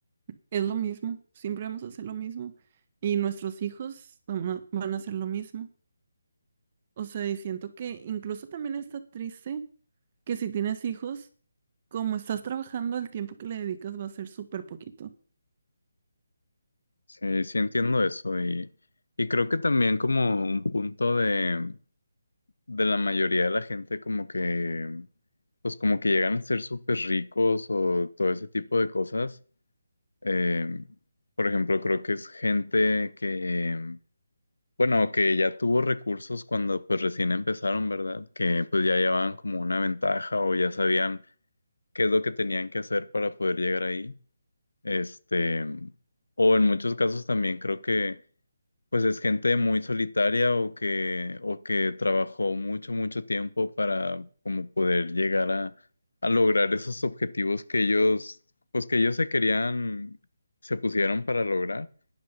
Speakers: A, on the right; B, on the left.
A: es lo mismo, siempre vamos a hacer lo mismo y nuestros hijos van a, van a hacer lo mismo. O sea, y siento que incluso también está triste que si tienes hijos, como estás trabajando, el tiempo que le dedicas va a ser súper poquito.
B: Sí, sí entiendo eso y, y creo que también como un punto de de la mayoría de la gente como que, pues como que llegan a ser súper ricos o todo ese tipo de cosas. Eh, por ejemplo, creo que es gente que, bueno, que ya tuvo recursos cuando pues recién empezaron, ¿verdad? Que pues ya llevaban como una ventaja o ya sabían qué es lo que tenían que hacer para poder llegar ahí. Este, o en muchos casos también creo que pues es gente muy solitaria o que, o que trabajó mucho, mucho tiempo para como poder llegar a, a lograr esos objetivos que ellos, pues que ellos se querían, se pusieron para lograr.